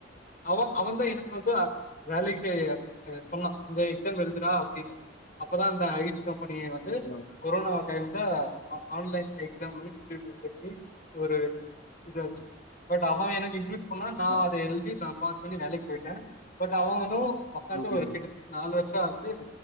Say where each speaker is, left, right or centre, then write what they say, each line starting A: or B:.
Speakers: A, on the left; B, on the left.
A: அவ அவன் தான் எனக்கு வந்து வேலைக்கு சொன்னான் இந்த எக்ஸாம் எழுதுடா அப்டின்னு அப்பதான் அந்த ஐடி கம்ப இப்ப நீ வந்து
B: ஆ
A: கொரோனா டைம்ல ஆன்லைன்ல எக்ஸாம்ந்து இன்டர்வியூ வச்சு ஒரு இது வச்சு பட் அவ எனக்கு இன் னா நான்
B: ஆ
A: அதை எழுதி நான் பாஸ் பண்ணி வேலைக்கு போயிட்டேன் பட் அவுனும் உக்காந்து
B: ஓகே
A: ஒரு
B: நண்பா
A: கிட்ட நாலு வருஷம் ஆகுது